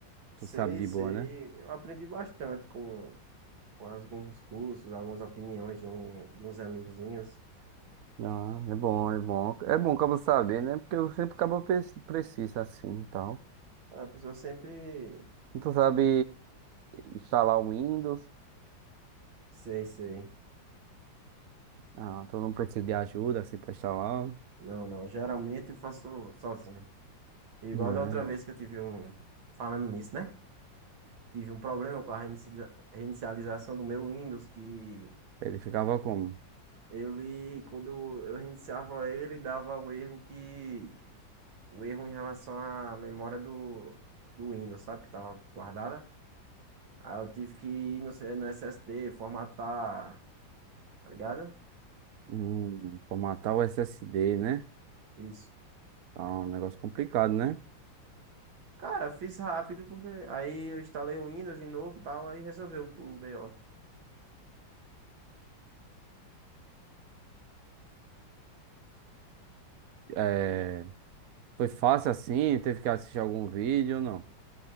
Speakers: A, on the right; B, on the right.
A: Sei,
B: tu sabe de
A: sei.
B: boa, né?
A: Eu aprendi bastante com, com alguns cursos, algumas opiniões de, um, de uns amigozinhos.
B: Ah, é bom, é bom. É bom acaba saber, né? Porque eu sempre acabo preci- precisa assim e tal.
A: A pessoa sempre.
B: E Tu sabe instalar o Windows?
A: Sei, sei.
B: Ah, tu não precisa de ajuda assim pra instalar,
A: Não, não. Geralmente eu faço sozinho. Igual
B: né?
A: da outra vez que eu tive um. Falando nisso, né? Tive um problema com a reinici- reinicialização do meu Windows que.
B: Ele ficava como?
A: Ele, quando eu reiniciava ele, dava o erro que. O erro em relação à memória do, do Windows, sabe? Que tava guardada. Aí eu tive que ir no, C- no SSD, formatar, tá ligado?
B: Hum, formatar o SSD, né?
A: Isso.
B: Tá um negócio complicado, né?
A: Cara, fiz rápido, porque. Aí eu instalei o Windows de novo e tal, aí resolveu o BO.
B: É, Foi fácil assim? Teve que assistir algum vídeo ou não?